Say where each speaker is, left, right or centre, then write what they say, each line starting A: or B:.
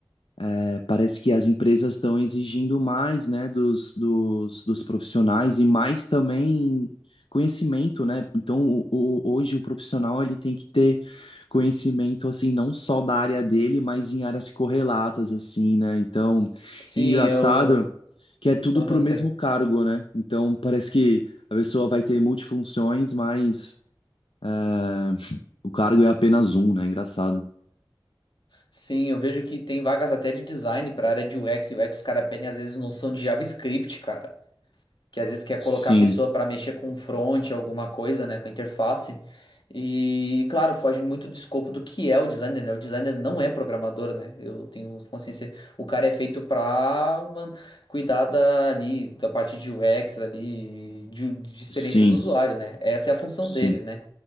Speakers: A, on the left; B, on the left.
A: é, parece que as empresas estão exigindo mais, né, dos, dos, dos profissionais e mais também conhecimento, né? Então, o, o- hoje o profissional ele tem que ter conhecimento, assim, não só da área dele, mas em áreas correlatas, assim, né? Então,
B: Sim,
A: engraçado
B: eu.
A: que é tudo
B: Aham,
A: pro
B: segue.
A: mesmo cargo, né? Então, parece que a pessoa vai ter multifunções, mas. eh, o cargo é apenas um, né? Engraçado.
B: Sim, eu vejo que tem vagas até de design para área de UX. E UX, os caras pedem às vezes noção de JavaScript, cara. Que às vezes quer
A: Sim,
B: colocar a pessoa para mexer com front, alguma coisa, né? Com interface. E, claro, foge muito do escopo do que é o designer, né? O designer não é programador, né? Eu tenho consciência. O cara é feito pra, mano, cuidar da, ali, da parte de UX, ali, de de experiência
A: sim,
B: do usuário, né? Essa é a função
A: sim.
B: dele, né?